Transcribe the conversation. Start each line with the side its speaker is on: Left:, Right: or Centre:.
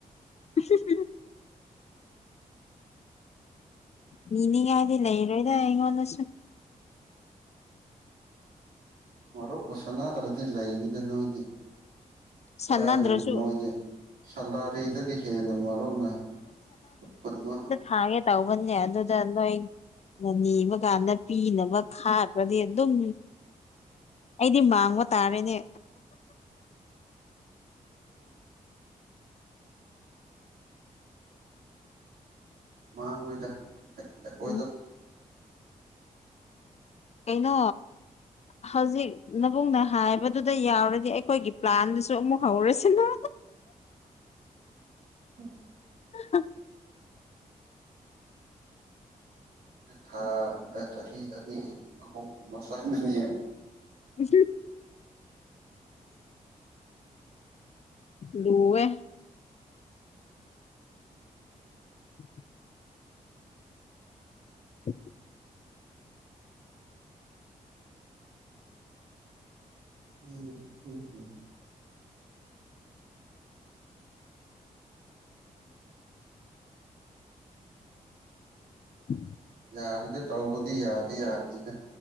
Left: <inaudible> ꯃꯤꯅꯤꯡꯉꯥꯏꯗꯤ ꯂꯩꯔꯣꯏꯗ ꯑꯩꯉꯣꯟꯗꯁꯨꯨꯝ
Right: ꯃꯔꯨꯞꯄ ꯁꯅꯥꯗ꯭ꯔꯗꯤ ꯂꯩꯅꯤꯗ ꯅꯣꯏꯗꯤ ꯀꯗꯥꯏꯗꯣ
Left: ꯁꯥꯟꯅꯗ꯭ꯔꯁꯨ
Right: ꯅꯣꯏꯗꯤ ꯁꯂꯥꯔꯤꯗꯒꯤ ꯍꯦꯟꯅ ꯃꯔꯨꯞꯅ ꯄꯨꯟꯕ
Left: ꯍꯥꯏ ꯇꯥꯎꯕꯟ ꯑꯗꯨꯗ ꯅꯣꯏ ꯅ ꯅꯤꯕ ꯀꯥꯟꯗ ꯄꯤꯅꯕ ꯈꯥꯈ꯭ꯔꯗꯤ ꯑꯗꯨꯝ ꯑꯩꯗꯤ ꯃꯥꯡꯕ ꯇꯥꯔꯦꯅꯦ
Right: ꯃꯥꯡꯉꯣꯏꯗ ꯑꯩꯈꯣꯏꯗ
Left: ꯎꯝ ꯀꯩꯅꯩꯅꯣ ꯍꯧꯖꯤꯛ ꯅꯕꯨꯡꯅ ꯍꯥꯏꯕꯗꯨꯗ ꯌꯥꯎꯔꯗꯤ ꯑꯩꯈꯣꯏꯒꯤ ꯄ꯭ꯂꯥꯟꯗꯨꯁꯨ ꯑꯃꯨꯛ ꯍꯧꯔꯁꯤꯅꯨ
Right: ꯑ
Left: ꯎ
Right: ꯊꯥ ꯆꯍꯤ ꯑꯅꯤ ꯑꯍꯨꯝ ꯑꯃꯅꯤ
Left: ꯌꯦ ꯂꯨ ꯑꯦ ꯎꯝ ꯎꯝ
Right: ꯎꯝ ꯎꯝ ꯎꯝ
Left: ꯎ
Right: ꯌꯥꯔꯗꯤ ꯇꯧꯕꯗꯤ ꯌꯥꯗꯤꯦ ꯌꯥꯗꯦꯅꯦ